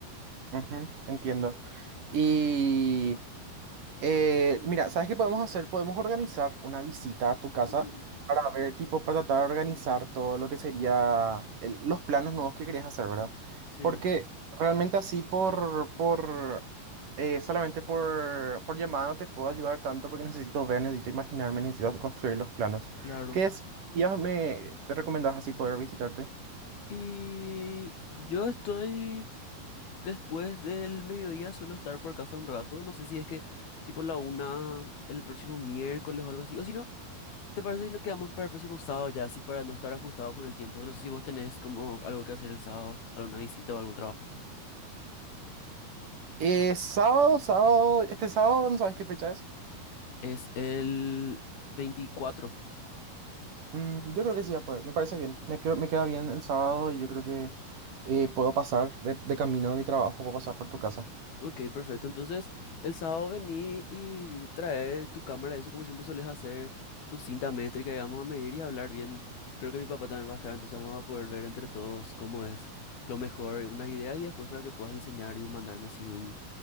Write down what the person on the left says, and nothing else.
Ujú,
Sí,
claro.
Y yo estoy. Después del mediodía suelo estar por casa un rato. No sé si es que tipo la una el próximo miércoles o algo así. O si no, ¿te parece si nos quedamos para el próximo sábado ya? Así para no estar ajustados con el tiempo. No sé si vos tenés como algo que hacer el sábado, alguna visita o algún trabajo.
Es el 24.
Ok, perfecto. Entonces, el sábado vení y trae tu cámara, eso como siempre sueles hacer, tu cinta métrica y vamos a medir y hablar bien. Creo que mi papá también va a estar, entonces vamos a poder ver entre todos cómo es lo mejor, unas ideas y después para que puedas diseñar y mandarme así un,